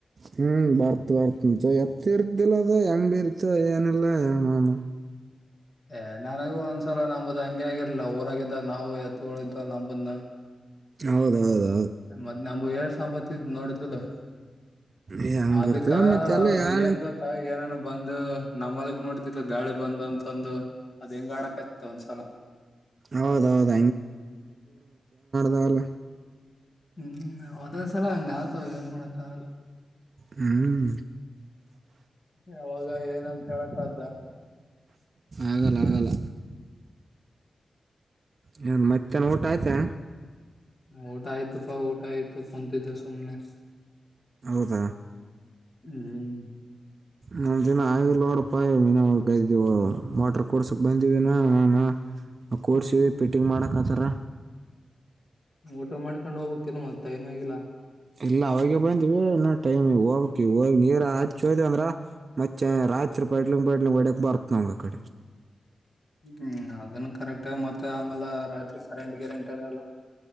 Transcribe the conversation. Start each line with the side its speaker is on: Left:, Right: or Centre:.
Right: ಹ್ಮ್ ಬರ್ತ್ ಬರ್ತ ಎತ್ ಇರ್ತದಿಲ್ಲ ಅದ ಹೆಂಗ್ ಬಿ ಇರ್ತ ಏನಲ್ಲಮಾಮ
Left: ಏ ನನಗೂ ಒಂದ್ಸಲ ನಂಬುದ್ ಹಂಗೆ ಆಗಿರ್ಲ ಊರಾಗಿದ್ದಾಗ ನಾವು ಎತ್ತುಗಳ ಇದ್ವ ನಂಬುದ್ನ
Right: ಹೌದೌದು
Left: ಮ್ ನು ಎಳ್ ಸಾಂಬತ್ತಿದ ನೋಡಿದಿಲ್ಲ
Right: ಏ ಹಂಗಿರ್ತೇವ
Left: ಅದಕ್ಕ
Right: ಮತ್ತೆಲ್ಲ
Left: ಅದು
Right: ಯಾಳೆ
Left: ಏನ್ ಗೊತ್ತಾ ಏನೇನು ಬಂದು ನಮ್ಮದಕ್ ಮಾಡತಿ ಗಾಳಿ ಬಂದ ಅಂತಂದು ಅದ ಹೆಂಗ್ ಆಡಕ್ ಆಯತಿ ಒಂದ್ಸಲ.
Right: ಹೌದೌದು ದಾಲ
Left: ಹ್ಮ್ ಒದೊಂದ್ಸಲ ಹಂಗ ಆತವ ಏನ್ ಮಾಡಕ್ಕ ಆಗಲ್ಲ.
Right: ಹ್ಮ್
Left: ಯಾವಾಗ ಏನಂತ ಹೇಳಕ್ಕ್ದ
Right: ಆಗಲ್ಲ ಆಗಲ್ಲ ನ್ ಮತ್ತೆ ಊಟ ಆಯ್ತಾ
Left: ಊಟ ಆಯ್ತಪ್ಪಾ ಊಟ ಆಯ್ತು ಕುಂತಿದ್ದ ಸುಮ್ನೆ.
Right: ಹೌದ
Left: ಹ್ಮ್
Right: ನಾ ದಿನ ಆಯೋಡಪ್ಪ ಮೀಿನ ಇದೀವು ಮೋಟ್ರ ಕೊಡ್ಸಕ್ ಬಂದಿವಿನ ನಾನ ನಾವು ಕೋಡ್ಸೀವಿ
Left: ಹ್ಮ್ ಹ್ಮ್
Right: ಫಿಟ್ಟಿಂಗ್ ಮಾಡಕ ಅದುರ
Left: ಊಟ ಮಾಡ್ಕೊಂಡ್ ಹೋಗ್ಬೇಕಕ್ ಕೆಲ ಮತ್ತ ಟೈಮ್ ಆಗಿಲ್ಲಾ
Right: ಇಲ್ಲ ಅವಾಗ ಬಂದಿವವಿ ಇನ್ನ ಟೈಮ್ ಹೋಗಕ್ಕೆ ಹೋಗ ನೀರ ಅ ಚೋಯತ ಅಂದ್ರ ಮತ್ತೆ ರಾತ್ರಿ ಪಡ್ಲಿಂಗ ಪಡ್ಲಿಂಗ ಹೊಡಕ್ ಬರ್ತ್ ನಮಗೆ ಆ ಕಡೆ
Left: ಹ್ಮ್ ಅದನ್ನು ಕರೆಕ್ಟ್ ಮತ್ತೆ ಆಮೇಲೆ ರಾತ್ರಿ ಕರೆಂಟ್ ಗೆರೆಂಟ್ ಇರಲ್ಲ.